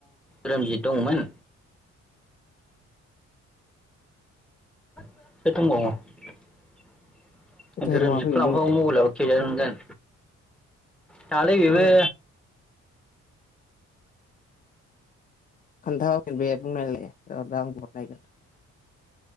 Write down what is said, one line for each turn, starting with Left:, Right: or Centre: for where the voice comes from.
Centre: रोमजित दंमोन। <unintelligible> <unintelligible> मबाइलावबो
Left: धोरोमा फैगोन बे
Centre: खेलेरगोन थाङालै बिबो
Left: उम खोन्थाब बे बुंनायलाय आं ब नायगोन